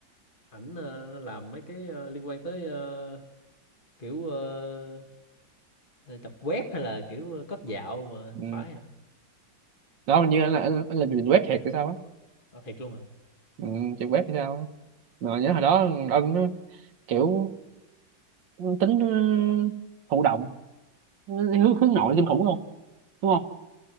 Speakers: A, on the left; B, on the right.
A: ảnh ờ, làm mấy cái ờ, liên quan tới ờ, kiểu ờ, ờ, tập web hay là kiểu ờ, code dạo mà
B: ừ.
A: không phải à
B: đó hình như anh là anh, anh là làm web thiệt hay sao á
A: à, thiệt luôn à
B: ừ, chuyện web hay sao á mà nhớ hồi đó ân nó kiểu tính ừ, thụ động hướng, hướng nội kinh khủng luôn đúng không